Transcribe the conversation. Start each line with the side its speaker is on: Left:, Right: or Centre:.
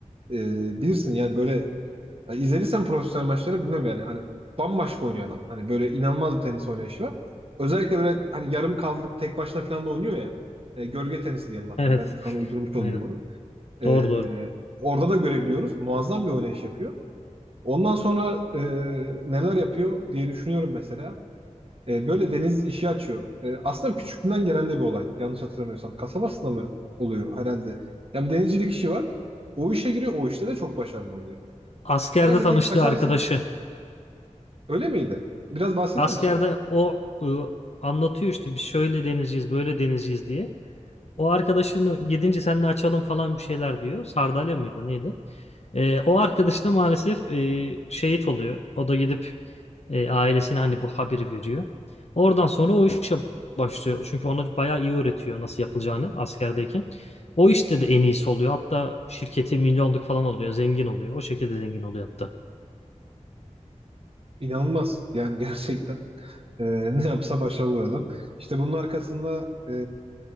Right: Ee, bilirsin yani böyle ya izlediysen profesyonel maçları bilmem yani. Hani bambaşka oynuyor adam. Hani böyle inanılmaz bir tenis oynayışı var. Özellikle böyle hani yarım kaldırıp tek başına falan da oynuyor ya. Ee, gölge tenisi diyelim
Left: <laughs>
Right: hatta.
Left: Evet.
Right: Ben de şu an uydurmuş olayım
Left: Aynen.
Right: onu. Ee,
Left: Doğru doğru.
Right: orada da görebiliyoruz. Muazzam bir oynayış yapıyor. Ondan sonra e, neler yapıyor diye düşünüyorum mesela. E, böyle deniz işi açıyor. E, aslında küçüklüğünden gelen de bir olay. Yanlış hatırlamıyorsam. Kasabasında mı oluyor herhalde? Ya bir denizcilik işi var. O işe giriyor. O işte de çok başarılı oluyor.
Left: Askerde
Right: Herhalde
Left: tanıştığı
Right: tek başarısı
Left: arkadaşı.
Right: öyle miydi? Biraz bahseder
Left: Askerde
Right: misin ondan?
Left: o ıı, anlatıyor işte biz şöyle denizciyiz, böyle denizciyiz diye. O arkadaşını gidince seninle açalım falan bir şeyler diyor. Sardalya mıydı neydi? E, o arkadaş da maalesef e, şehit oluyor. O da gidip e, ailesine hani bu haberi veriyor. Oradan sonra o işe başlıyor. Çünkü ona bayağı iyi öğretiyor nasıl yapılacağını askerdeyken. O işte de en iyisi oluyor. Hatta şirketi milyonluk falan oluyor. Zengin oluyor. O şekilde zengin oluyor hatta.
Right: İnanılmaz. Yani <laughs> gerçekten e, ne yapsa başarılı adam. İşte bunun arkasında e,